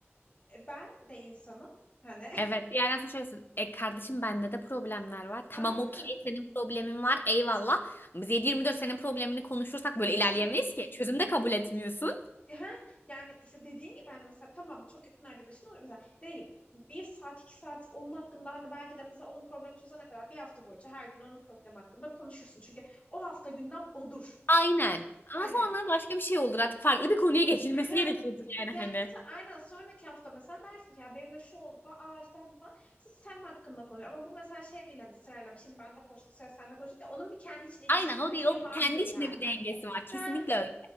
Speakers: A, on the left; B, on the left.
A: e, ben de insanım. Hani
B: Evet. Bir yerden sonra şöyle söylüyorsun, E kardeşim bende de problemler var. Tamam
A: <laughs> aynen.
B: okey senin problemin var. Eyvallah. Ama Biz 7-24 senin problemini konuşursak böyle ilerleyemeyiz
A: Evet.
B: ki. Çözüm de kabul etmiyorsun.
A: Ha, yani işte dediğin gibi hani mesela tamam çok yakın arkadaşın olur mesela dediğin gibi bir saat iki saat onun hakkında hani belki de mesela onun problemi çözene kadar bir hafta boyunca her gün onun problemi hakkında konuşursun. Çünkü o hafta gündem odur.
B: Aynen.
A: Hani
B: Ama sonra başka bir şey olur artık farklı bir konuya geçilmesi
A: heh.
B: gerekiyordur yani
A: yani
B: hani.
A: mesela aynen sonraki hafta mesela dersin ki ya benim de şu oldu falan. Aa işte bu falan. Siz sen hakkında konuşuyor. Ama bu mesela şey değil hani sırayla bir şimdi ben de konuştuk sıra sen de konuştuk ya onun bir kendi içinde ilişki
B: Aynen o
A: dinamiği
B: değil. O
A: vardır
B: kendi içinde
A: yani.
B: bir dengesi var.
A: Heh.
B: Kesinlikle öyle.